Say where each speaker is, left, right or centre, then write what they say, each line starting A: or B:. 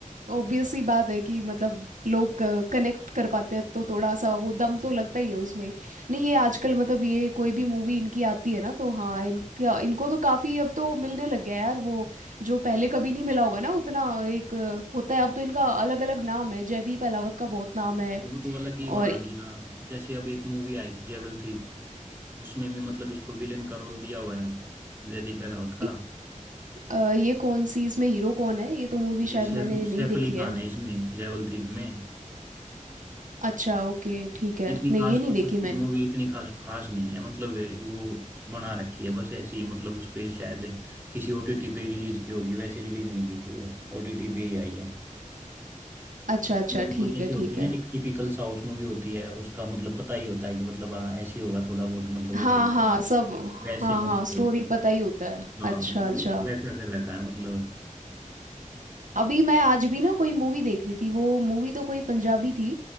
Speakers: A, on the right; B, on the right.
A: ऑब्वियस सी बात है कि मतलब लोग कनेक्ट कर पाते हैं तो थोड़ा सा वो दम तो लगता ही है उसमें नहीं ये आजकल मतलब ये कोई भी मूवी इनकी आती है ना तो हाँ इनका इनको तो काफ़ी अब तो मिलने लग गया यार वो जो पहले कभी नहीं मिला होगा ना उतना एक अ, होता है अब तो इनका अलग अलग नाम है जयदीप अहलावत का बहुत नाम है
B: वो तो अलग ही बना
A: और
B: दिया जैसे अब एक मूवी आई थी जेवल थीप उसमें भी मतलब इसको विलेन का रोल दिया हुआ है जयदीप अहलावत का
A: इ- अ, ये कौन सी इसमें हीरो कौन है ये तो मूवी
B: ये
A: शायद
B: सैफ
A: मैंने नहीं
B: सैफ
A: देखी
B: अली खान
A: है
B: है इसमें जेवल थीप में
A: अच्छा ओके ठीक है
B: इतनी
A: नहीं
B: खास
A: ये नहीं
B: कुछ
A: देखी मैंने
B: मूवी इतनी खास खास नहीं है मतलब ये वो बना रखी है बस ऐसे ही मतलब उस पे शायद किसी ओटीटी पे रिलीज की होगी वैसे रिलीज नहीं की थी वो ओटीटी पे ही आई है
A: अच्छा अच्छा
B: मतलब
A: ठीक
B: वो जैसे
A: है
B: होती
A: ठीक है
B: है ना टिपिकल साउथ मूवी होती है उसका मतलब पता ही होता है कि मतलब हाँ ऐसे ही होगा थोड़ा बहुत मतलब वो
A: हाँ
B: करते
A: हाँ
B: हैं
A: सब हाँ
B: वैसे ही मतलब
A: हाँ स्टोरी
B: करते हैं।
A: पता ही होता है
B: हाँ
A: अच्छा
B: वो
A: अच्छा
B: वैसा कर रखा है मतलब
A: अभी मैं आज भी ना कोई मूवी देख रही थी वो मूवी तो कोई पंजाबी थी